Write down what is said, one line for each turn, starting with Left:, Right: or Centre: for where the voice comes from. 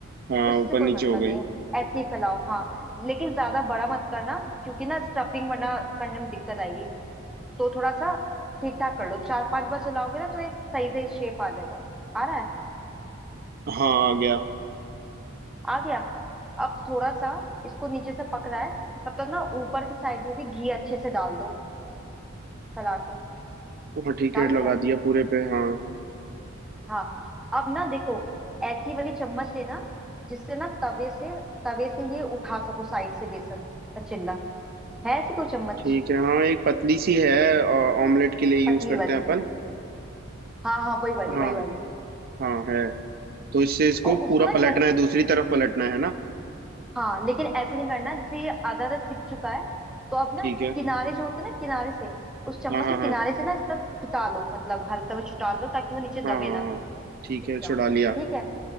Right: हाँ
Centre: उससे
Right: ऊपर
Centre: कोई
Right: नीचे
Centre: मतलब
Right: हो गई
Centre: नहीं है ऐसे ही फैलाओ हाँ लेकिन ज्यादा बड़ा मत करना क्योंकि ना स्टफिंग वरना करने में दिक्कत आएगी तो थोड़ा सा ठीक ठाक कर लो चार पांच बार चलाओगे ना तो एक सही सही शेप आ जाएगा आ रहा है
Right: हाँ आ गया
Centre: आ गया अब थोड़ा सा इसको नीचे से पक रहा है तब तक ना ऊपर की साइड में भी घी अच्छे से डाल दो फैला के
Right: हाँ ठीक
Centre: डाल
Right: है लगा
Centre: दिया
Right: दिया पूरे पे हाँ
Centre: हाँ अब ना देखो ऐसी वाली चम्मच लेना जिससे ना तवे से तवे से ये उठा सको साइड से बेसन का चिल्ला है ऐसी कोई चम्मच
Right: ठीक है हाँ एक पतली सी है ऑमलेट के लिए
Centre: पतली
Right: यूज करते
Centre: वाली
Right: हैं अपन
Centre: हाँ हाँ वही वाली
Right: हाँ
Centre: वही वाली
Right: हाँ है तो इससे इसको
Centre: और
Right: पूरा
Centre: उसको ना कैसे
Right: पलटना है दूसरी तरफ पलटना है ना
Centre: हाँ लेकिन ऐसे नहीं करना जैसे ये आधा आधा सिक चुका है तो अब ना
Right: ठीक है
Centre: किनारे जो होते हैं ना किनारे से उस चम्मच
Right: हाँ हाँ
Centre: से किनारे
Right: हाँ
Centre: से ना इसका छुटा लो मतलब हल्का हल्का छुटा लो ताकि वो नीचे दबे
Right: हाँ हाँ
Centre: ना
Right: हाँ,
Centre: सीख
Right: ठीक है छुड़ा
Centre: जाओ
Right: लिया
Centre: ठीक है